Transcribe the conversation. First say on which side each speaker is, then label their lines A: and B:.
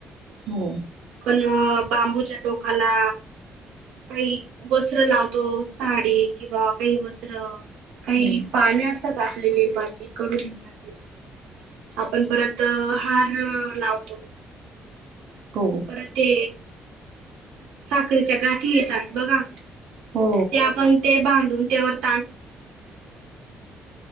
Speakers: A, on the right; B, on the right.
A: हो.
B: अ! बांबूच्या टोकाला. काही वस्त्र लावतो, साडी किंवा काही वस्त्र काही
A: हम्म
B: पाणे असतात, आपल्या लिंबाची कडू लिंबाची आपण परत हार लावतो.
A: हो
B: परत ते साखरीच्या गाठी येतात बघा.
A: हो
B: ते आपण ते बांधून त्यावर <unintelligible>